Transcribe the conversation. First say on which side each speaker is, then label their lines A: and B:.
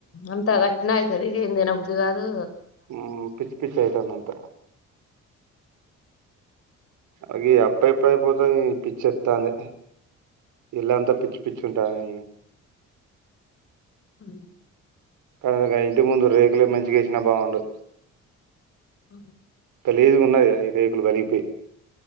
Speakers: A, on the left; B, on the right.
A: అంత గట్న అయితది ఏం తిన బుద్దిగాదు.
B: ఉమ్ పిచ్చి పిచ్చి అయితాంది అంతా అ గీధి అప్ప జెప్తే అయిపోతది. పిచ్చి ఎచంది ఇల్లాంతా పిచ్చి పిచ్చి ఉంటాది.
A: అ
B: కానీ ఇంటి ముందు రేకులే మంచిగా ఎసినా బాగుండు.
A: అ
B: గలీజ్ గా ఉన్నది అ రేకులు పలిగిపోయి